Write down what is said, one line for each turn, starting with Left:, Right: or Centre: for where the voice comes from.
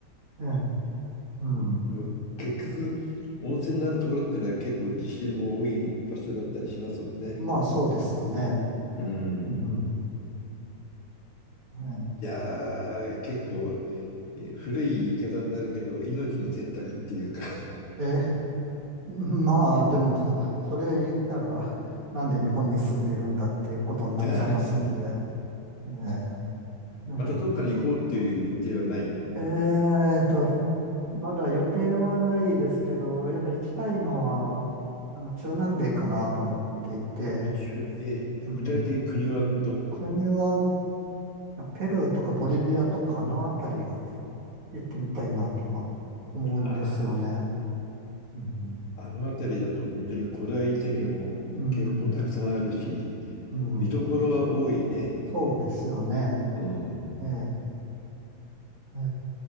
Right: ええ。うん。
Left: でも結局、温泉のあるところっていうのは結構地震も多い場所だったりしますもんね。
Right: まあそうですよね。
Left: うん。
Right: うん。
Left: い
Right: は
Left: やー、結構えー古い言い方になるけど、命の選択っていうか
Right: い、え、<laughs> まあでも、<laughs> それ言ったら、<laughs> なんで日本に住んでるんだっていうことになっちゃいますんで。
Left: <laughs>
Right: ええね
Left: またどっかに行こうっていう予定はない。
Right: ええーと、まだ予定はないですけど、やっぱ行きたいのは、あの、中南米かなと思っていて、
Left: あ、中え、
Right: うん。
Left: 具体的に国はどこ
Right: 国は、ペルーとかボリビアとかあの辺りが行ってみたいなとは思うんですよね。
Left: あ
Right: うん。
Left: ー、あの辺りだと本当に古代遺跡も結構たくさんあるし、
Right: うん。うん。
Left: 見どころは多いね。
Right: そうですよね。
Left: うん。
Right: ええ、え